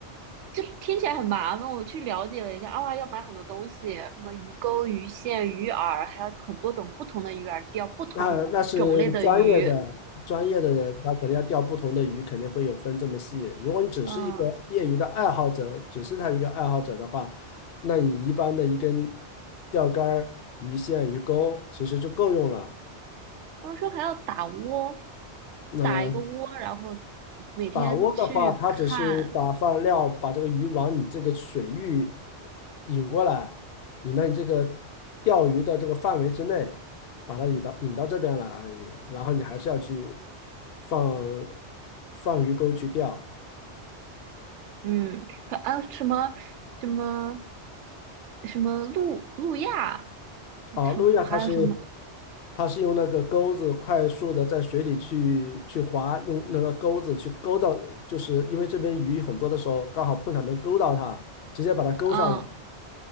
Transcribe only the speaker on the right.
这听起来很麻烦。我去了解了一下，啊，要买很多东西，什么鱼钩、鱼线、鱼饵，还有很多种不同的鱼饵，钓不同种类的鱼。
嗯，
他们说还要打窝，
打一个窝，然后每天去看。
嗯，说啊什么什么什么路路亚，
什还有什么？
嗯，